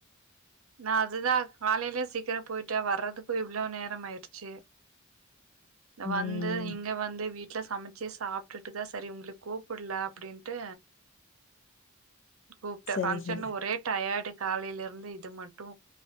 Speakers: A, on the right; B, on the left.
A: நா அதுதா காலேல சீக்கரோ போயிட்ட வர்றதுக்கும் இவ்ளோ நேரம் ஆயிச்சு
B: ம்
A: வந்து இங்க வந்து வீட்ல சமைச்சு சாப்டுட்டு தா சரி உங்களுக் கூப்பிடுல அப்டின்டு கூப்ட
B: சரி
A: பங்ஷன்
B: சரி
A: ஒரே டயர்டு காலேயில இருந்து இது மட்டு